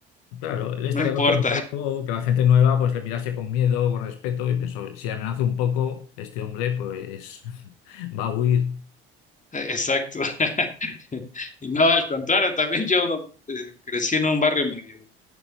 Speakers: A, on the left; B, on the left.
A: Claro, él estaría
B: no importa.
A: acostumbrado que la gente nueva, pues, le mirase con miedo, con respeto y pensó, si amenazo un poco, este hombre, pues, <laughs> va a huir.
B: <laughs> Exacto. <laughs> Y no, al contrario, también yo eh, crecí en un barrio medio,